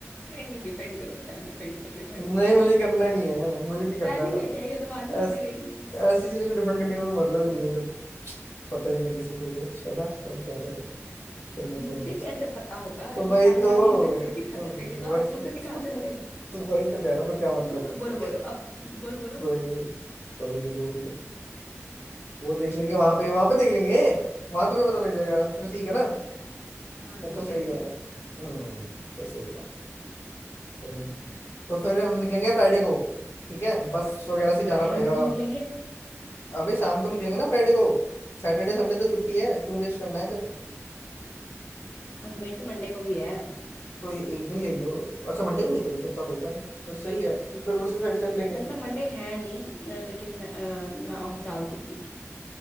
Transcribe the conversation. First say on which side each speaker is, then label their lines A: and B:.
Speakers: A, on the left; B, on the left.
A: नहीं नहीं डिपेंड करो पहले डिपेंड करो डिपेंड
B: है।
A: करो
B: नहीं मुझे करना
A: <laughs>
B: नहीं है मुझे नहीं करना
A: प्लानिंग
B: है
A: का क्या है, ये तो बाद में होती
B: ऐस,
A: रहेगी
B: ऐसी चीजों को डिपेंड करने का कोई मतलब ही नहीं है जब पता ही नहीं है किसी को कुछ है ना तो क्या करे कोई मतलब
A: मुझे
B: नहीं है उसका।
A: कैसे पता होगा
B: तो
A: ये
B: वही
A: टैलेंट
B: तो
A: आप मुझे थोड़ी दिखाते
B: तो
A: थे ये तो
B: वही
A: आप उसे
B: तो,
A: दिखाते
B: <laughs>
A: थे
B: तो वही तो कह रहा हूँ फिर क्या मतलब
A: है ना
B: है
A: अब बोलो बोलो अब बोलो बोलो
B: कोई नहीं कोई नहीं कोई नहीं वो देख लेंगे वहां पे वहां पे देख लेंगे वहां तुम्हें पता लग जाएगा फिर ठीक है ना
A: हाँ
B: वो
A: ठीक
B: तो सही
A: है ठीक
B: है हम्म
A: है
B: तो सही है हम्म, तो फिर हम निकलेंगे फ्राइडे को ठीक है बस वगैरह से जाना
A: फ्राइडे
B: पड़ेगा
A: को क्यों निकलेंगे
B: अबे शाम को निकलेंगे ना फ्राइडे को सैटरडे संडे तो छुट्टी है क्यों वेस्ट करना है फिर
A: अब मेरे तो मंडे को भी है
B: तो ये एक दिन ले लियो अच्छा मंडे को भी तेरी फिर तो होगा ना फिर सही है
A: हम्म,
B: फिर उसी साइड चल लेंगे
A: मतलब मंडे है नहीं न, लेकिन मैं अ, मैं ऑफ डाल दूंगी